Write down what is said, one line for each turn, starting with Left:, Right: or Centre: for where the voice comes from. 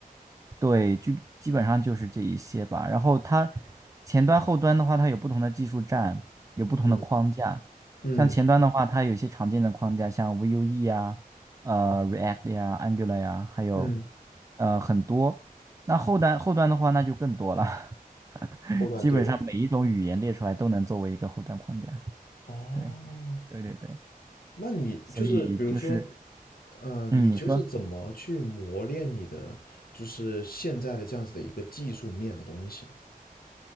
Right: 对，基基本上就是这一些吧。然后它前端后端的话，它有不同的技术栈，有不同的框架。
Left: 嗯嗯
Right: 像前端的话，它有一些常见的框架，像 Vue 啊。呃 React 呀、Angular 呀，还有
Left: 嗯，
Right: 呃很多。那后端后端的话，那就更多了，<laughs>
Left: 后端对的。
Right: 基本上每一种语言列出来都能作为一个后端框架。
Left: 哦，
Right: 对对对对，
Left: 那你就是比如说，
Right: 所以就是
Left: 呃，
Right: 嗯，
Left: 你就是怎么去磨练你的就是现在的这样子的一个技术面的东西
Right: 你说